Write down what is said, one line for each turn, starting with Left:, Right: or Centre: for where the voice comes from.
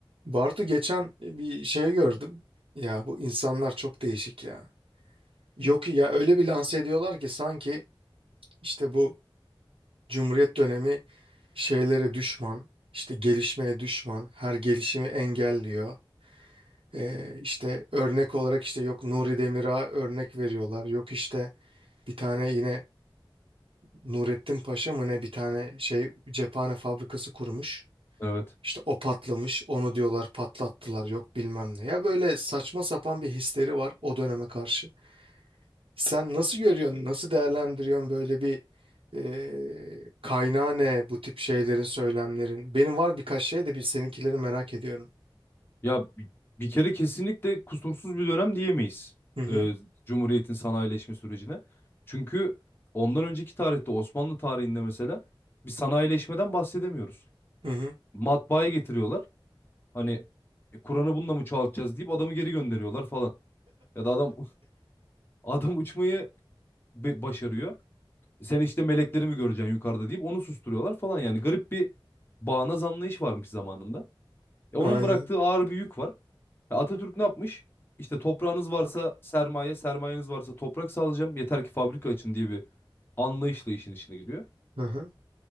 Right: Bartu geçen e, bir şey gördüm. Ya bu insanlar çok değişik ya. Yok ya öyle bir lanse ediyorlar ki sanki işte bu Cumhuriyet dönemi şeylere düşman, işte gelişmeye düşman, her gelişimi engelliyor. Ee, işte örnek olarak işte yok Nuri Demir'a örnek veriyorlar. Yok işte bir tane yine Nurettin Paşa mı ne bir tane şey cephane fabrikası kurmuş.
Left: Evet.
Right: İşte o patlamış, onu diyorlar patlattılar, yok bilmem ne. Ya böyle saçma sapan bir hisleri var o döneme karşı. Sen nasıl görüyorsun, nasıl değerlendiriyorsun böyle bir eee kaynağı ne bu tip şeylerin, söylemlerin? Benim var birkaç şey de bir seninkileri merak ediyorum.
Left: Ya bi- bir kere kesinlikle kusursuz bir dönem diyemeyiz.
Right: Hı hı,
Left: e, Cumhuriyet'in sanayileşme sürecine. Çünkü ondan önceki tarihte Osmanlı tarihinde mesela bir sanayileşmeden bahsedemiyoruz.
Right: hı hı.
Left: Matbaayı getiriyorlar. Hani "E, Kur'an'ı bununla mı çoğaltacağız deyip adamı geri gönderiyorlar falan. Ya da adam <laughs> adam uçmayı be- başarıyor. Sen işte melekleri mi göreceksin yukarıda deyip onu susturuyorlar falan. Yani garip bir bağnaz anlayış varmış zamanında. E,
Right: Aynen.
Left: onun bıraktığı ağır bir yük var. E, Atatürk ne yapmış? İşte toprağınız varsa sermaye, sermayeniz varsa toprak sağlayacağım. Yeter ki fabrika açın diye bir anlayışla işin içine giriyor.
Right: Hı hı.